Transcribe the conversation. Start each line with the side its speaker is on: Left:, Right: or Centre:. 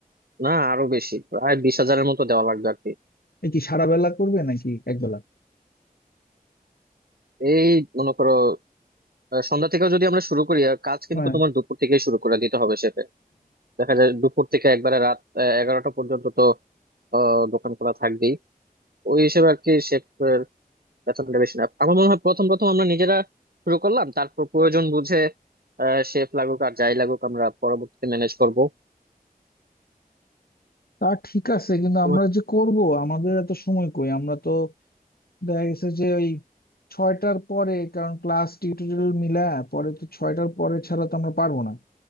Right: না আরো বেশি প্রায় বিশ হাজারের মতো দেওয়া লাগবে আর কি
Left: এ কি সারা বেলা করবে নাকি এক বেলা
Right: এই মনে করো আহ, সন্ধ্যা থেকেও যদি আমরা শুরু করি আর কাজ কিন্তু
Left: হ্যাঁ
Right: তোমার দুপুর থেকেই শুরু করে দিতে হবে শেফের দেখা যায় দুপুর থেকে একবারে রাত আহ, এগারোটা পর্যন্ত তো আহ, দোকান খোলা থাকবে ওই হিসেবে আর কি শেফের বেতনটা বেশি না আমার মনে হয় প্রথম প্রথম আমরা নিজেরা শুরু করলাম তারপর প্রয়োজন বুঝে শেফ লাগুক আর যাই লাগুক আমরা পরবর্তীতে ম্যানেজ করবো
Left: তা ঠিক আছে কিন্তু
Right: তোমার,
Left: আমরা যে করব আমাদের এত সময় কই আমরা তো দেখা গেছে যে ওই ছয়টার পরে কারণ ক্লাস টিউটোরিয়াল মিলা পরে তো ছয়টার পরে ছাড়া তো আমরা পারবো না